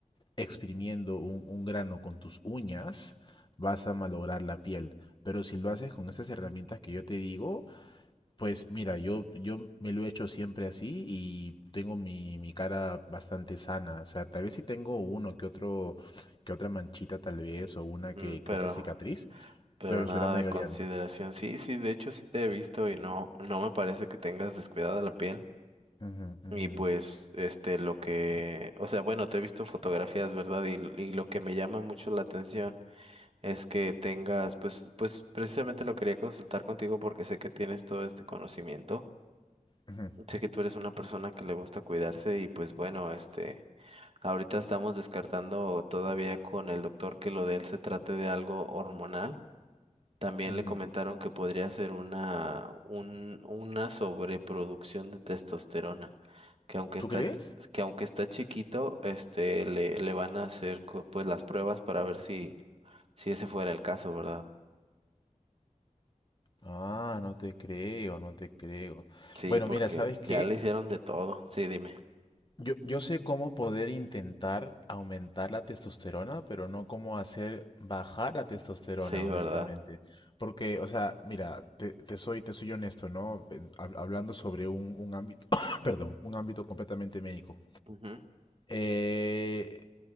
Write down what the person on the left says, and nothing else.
exprimiendo un, un grano con tus uñas, vas a malograr la piel. Pero si lo haces con esas herramientas que yo te digo, pues mira, yo, yo me lo he hecho siempre así y tengo mi, mi cara bastante sana. O sea, tal vez si tengo uno que otro, que otra manchita tal vez, o una
que, que
otra cicatriz,
pero en
su gran mayoría
no.
Ujú, ujú,
ujú,
ujú.
¿Tú
crees?
Ah, no te creo, no te creo.
Bueno,
mira, ¿sabes qué?
Yo, yo sé cómo poder intentar aumentar la testosterona, pero no cómo hacer bajar la testosterona,
honestamente.
Porque, o sea, mira, te, te soy, te soy honesto, ¿no? Eh, hab- Hablando sobre un, un ámbito, <coughs> perdón, un ámbito completamente médico.
Eh,